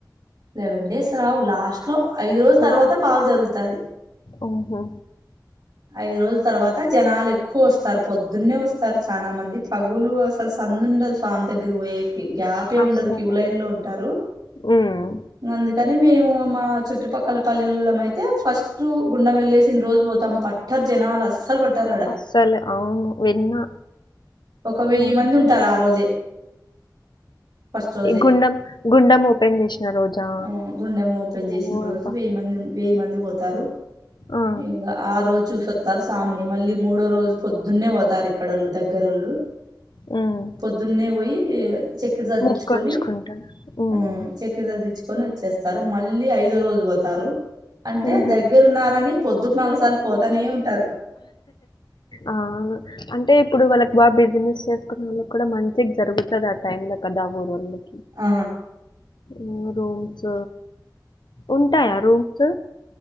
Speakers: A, on the right (about 70°); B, on the left (about 80°).
A: లెవెన్ డేస్ రావు లాస్ట్ లో ఐదు రోజుల
B: ఇలా
A: తర్వాత బాగా జరుగుతుంది
B: ఓహో
A: ఐదు రోజుల తర్వాత జనాలు ఎక్కువ వస్తారు పొద్దున్నే వస్తారు చాలా మంది పగులు అసలు సందు ఉండదు సామి దగ్గర పోయేకి గ్యాప్ ఏ
B: అస్సలు.
A: ఉండదు క్యూ లైన్ లో ఉంటారు
B: హ్మ్.
A: అందుకని మేము మా చుట్టుపక్కల పల్లెలో అయితే ఫస్ట్ గుండె వెళ్ళేసిన రోజు పోతాం పట్ పట్టర్ జనాలసలు వట్టరడ
B: అస్సలు అవును. విన్నా.
A: ఒక వెయ్యి
B: హ్మ్.
A: మంది ఉంటారు ఆ రోజే ఫస్ట్ రోజే
B: ఈ గుండం గుండెం ఓపెన్ చేసిన రోజా
A: ఆ, గుండెం ఓపెన్
B: ఓ
A: చేసిన రోజు
B: అబ్బా
A: వెయ్యి మంది ఉం- వెయ్యి మంది పోతారు
B: ఆ!
A: ఇంకా ఆ రోజు చూసొస్తారు సామిని మళ్ళీ మూడో రోజు పొద్దున్నే పోతారు ఇక్కడళ్ళు దగ్గరళ్ళు
B: హ్మ్.
A: పొద్దున్నే పోయి చక్కెర చదివించుకొని
B: మొక్కొచ్చుకుంటారు. హ్మ్.
A: ఆ చ కర చదిచ్చుకొని వచ్చేస్తారు మళ్ళీ ఐదో రోజు పోతారు అంటే
B: హుహు.
A: దగ్గర ఉన్నారని పొద్దుకు నాలుగు సార్లు పోతనే ఉంటారు
B: ఆవును అంటే ఇప్పుడు వాళ్ళకి బాగా బిజినెస్ చేసుకున్న వాళ్ళకి కూడా మంచిగా జరుగుతది ఆ టైమ్ లో కదా ఊరు వాళ్ళకి
A: ఆ
B: ఊ రూమ్స్ ఉంటాయా రూమ్స్